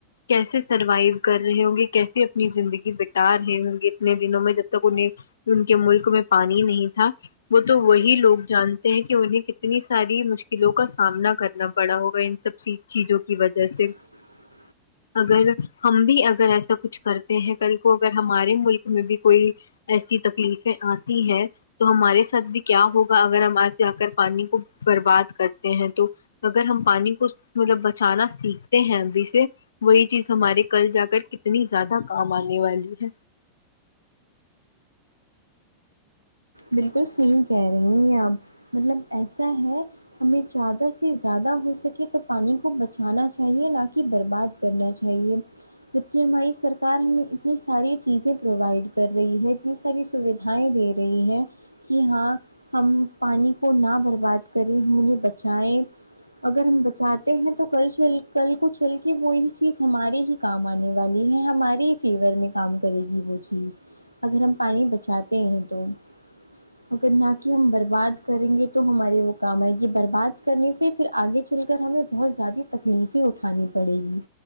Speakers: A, on the left; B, on the right.
A: کیسے سروائو کر رہے ہوں گے کیسے اپنی زندگی یا ر اتنے دنوں میں جب تک انہیں ان کے ملک میں پانیہی نہیں تھا وہ تو وہی لوگ جانتے ہیں کہ انہیں کتنی ساری مشکلوں کا سامنا کرنا پڑا ہوگا ان سب چی چیزوں کی وجہ سے
B: جچ <inaudible>
A: اگر ہم بھی اگر ایسا کچھ کرتے ہیں کل کو اگر ہمارے ملک میں بھی کوئی ایسی تکلیفیں آتی ہے تو ہمارے ساتھ بھی کیا ہوگا اگر ہم آگے جا کر پانی کو برباد کرتے ہیں تو اگر ہم پانی کو مطلب بچانا سیکھتے ہیں ابھی سے وہی چیز ہمارے کل جا کر کتنی زیادہ کام آنے والی ہے
B: بالکل صحیح کہہ رہی ہیں آپ مطلب ایسا ہے ہمیں زیادہ سے زیادہ ہو سکے تو پانی کو بچانا چاہیے نہ کہ برباد کرنا چاہیے جب کہہ ہماری سرکار ہمیں اتنی ساری چیزیں پرووائڈ کر رہی ہے کس ساری سویدھائیں دے رہی ہیں کہ ہاں ہم پانی کو نہ برباد کریں ہم انہیں بچائیں اگر ہم بچاتے ہیں تو کل چل کل کو چل کے وہی چیز ہماری ہی کام آنے والی ہے ہماریے ہی فیور میں کام کرے گی وہ چیز اگر ہم پانی بچاتے ہیں تو اگر نہ کہ ہم برباد کریں گے تو ہمارے وہ کام آئے گی برباد کرنے سے پھر آگے چل کر ہمیں بہت زیادہ تکلیفیں اٹھانی پڑے گی